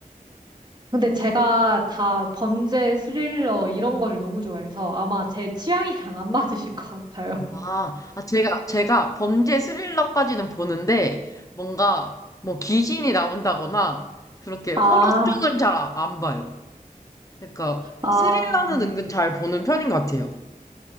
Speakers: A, on the right; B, on the left.
A: 근데 제가 다 범죄 스릴러 이런 걸 너무 좋아해서 아마 제 취향이랑 안 맞으실 것 같아요.
B: 아, 아, 제가, 제가 범죄 스릴러까지는 보는데, 뭔가, 뭐, 귀신이 나온다거나, 그렇게
A: 아,
B: 호러 쪽은 잘 안 봐요. 그러니까,
A: 아,
B: 스릴러는 은근 잘 보는 편인 것 같아요.